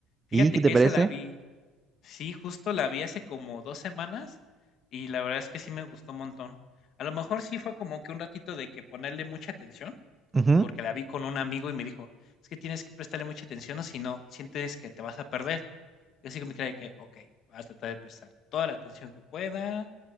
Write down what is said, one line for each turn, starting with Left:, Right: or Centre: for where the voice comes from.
Left: Fíjate
Right: ¿Y qué te
Left: que
Right: parece?
Left: esa la vi. Sí, justo la vi hace como dos semanas y la verdad es que sí me gustó un montón. A lo mejor sí fue como que un ratito de que ponerle mucha atención,
Right: Ujú.
Left: porque la vi con un amigo y me dijo: "Es que tienes que prestarle mucha atención, o si no, sientes que te vas a perder". Yo así con mi cara que: "Okey, voy a tratar de prestar toda la atención que pueda